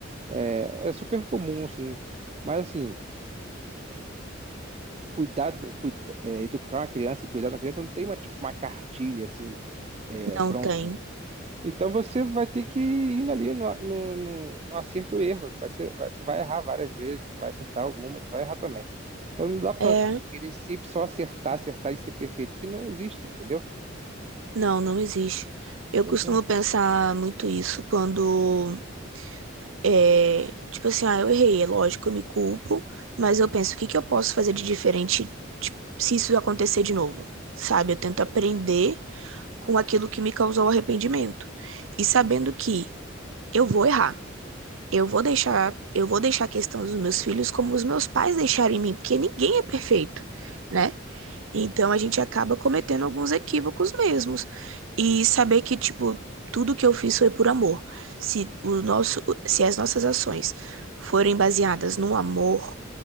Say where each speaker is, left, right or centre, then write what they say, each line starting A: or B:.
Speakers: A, on the right (about 30°); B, on the right (about 85°).
A: É, é super comum, assim. Mas assim, cuidado, cuida- é, educar uma criança e cuidar da criança não tem uma, tipo, uma cartilha assim, é,
B: Não
A: pronta,
B: tem.
A: né? Então você vai ter que ir indo ali no, no, no- no acerto e erro. Vai ser, vai- tu vai errar várias vezes, tu vai acertar algumas, tu vai errar também. Então não dá pra
B: É,
A: querer sempre só acertar, acertar e ser perfeito, porque não existe, entendeu?
B: não, não existe. Eu
A: Pois
B: costumo
A: é.
B: pensar muito isso quando É, tipo assim, ah, eu errei, é lógico, eu me culpo, mas eu penso, o que que eu posso fazer de diferente, tipo, se isso acontecer de novo? Sabe? Eu tento aprender com aquilo que me causou arrependimento. E sabendo que eu vou errar. Eu vou deixar,
A: Hum.
B: eu vou deixar a questão dos meus filhos como os meus pais deixaram em mim, porque ninguém é perfeito, né? Então a gente acaba cometendo alguns equívocos mesmos. E saber que, tipo, tudo que eu fiz foi por amor. Se o nosso, se as nossas ações forem baseadas no amor,